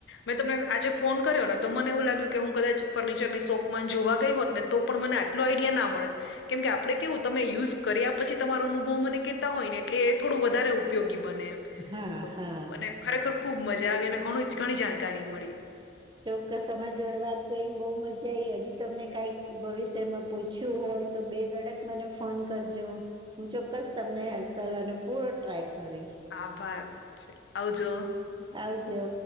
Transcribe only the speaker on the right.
હા
હા
ચોક્કસ તમારી જોડે વાત કરીને બહુ મજા આઈ હજી તમને કાઈક ભવિષ્યમાં પૂછ્યું હોય તો બે દડક મને ફોન કરજો. હું ચોક્કસ તમને હેલ્પ કરવાનો અને પૂરો ટ્રાય કરીશ
આવ જો